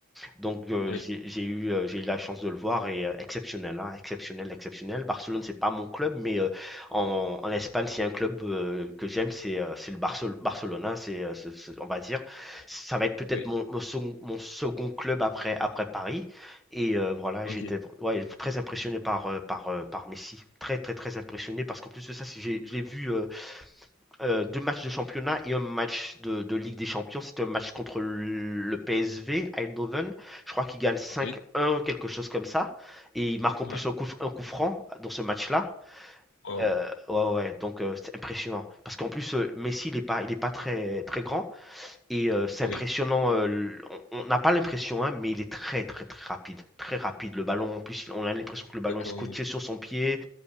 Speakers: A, in the centre; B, on the left (about 55°).
A: Donc euh,
B: Oui,
A: j'ai j'ai eu, euh, j'ai eu la chance de le voir et euh, exceptionnel, hein, exceptionnel, exceptionnel. Barcelone, c'est pas mon club, mais euh, en, en Espagne, s'il y a un club euh, que j'aime, c'est euh, c'est le Barcel- Barcelone, hein, c'est, euh, c'est- c'est- on va dire. Ça va être peut-être
B: oui,
A: mon, mon, second, mon second club après, après Paris. Et euh, voilà,
B: ok.
A: j'étais ouais, très impressionné par, euh, par, euh, par Messi. Très, très, très impressionné parce qu'en plus de ça, si j'ai- je l'ai vu euh, euh, deux matchs de championnat et un match de, de Ligue des Champions. C'était un match contre le PSV, Eindhoven. Je crois qu'il gagne 5-1,
B: Oui,
A: quelque chose comme ça. Et il marque en
B: ouais,
A: plus un coup, un coup franc dans ce match-là.
B: wow,
A: Euh, ouais, ouais, ouais. donc euh, c'est impressionnant. Parce qu'en plus, euh, Messi, il n'est pas, il est pas très, très grand. Et euh, c'est impressionnant.
B: oui,
A: euh, l- on on n'a pas l'impression, hein, mais il est très, très, très rapide. Très rapide. Le ballon, en plus, on a l'impression que le ballon
B: d'accord,
A: est scotché
B: oui,
A: sur son pied.